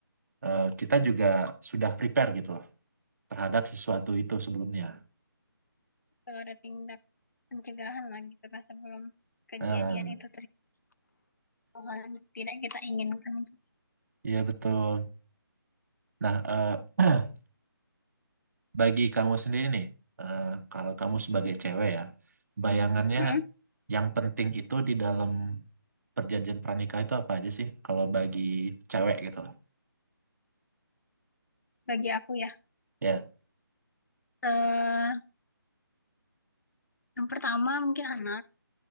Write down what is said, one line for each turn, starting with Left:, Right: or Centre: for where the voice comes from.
Right: eh, kita juga sudah prepare gitu loh terhadap sesuatu itu sebelumnya.
Left: betul ada tindak pencegahan lah gitu kan sebelum kejadian
Right: Eh,
Left: itu terjadi hal yang tidak kita inginkan. gitu.
Right: Iya betul. Nah, eh, <clears throat> bagi kamu sendiri nih, eh, kalau kamu sebagai cewek ya, bayangannya
Left: Mm,
Right: yang penting itu di dalam perjanjian pranikah itu apa aja sih? Kalau bagi cewek gitu loh.
Left: Bagi aku ya,
Right: Ya,
Left: eh yang pertama mungkin anak